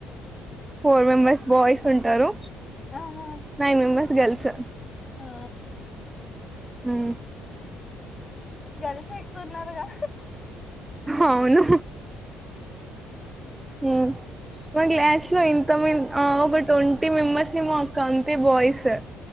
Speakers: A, on the right (about 15°); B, on the left (about 25°).
A: ఫోర్ మెంబెర్స్ బాయ్స్ ఉంటారు
B: ఆహా
A: నైన్ మెంబెర్స్ గర్ల్స్
B: ఓ
A: హు
B: గర్ల్స్ ఏ ఎక్కువున్నారుగా
A: అవును హ్మ్ మా క్లాస్ లో ఇంతమంది ఒక ట్వంటీ మెంబర్స్ ఏమో అక్క అంతే బాయ్స్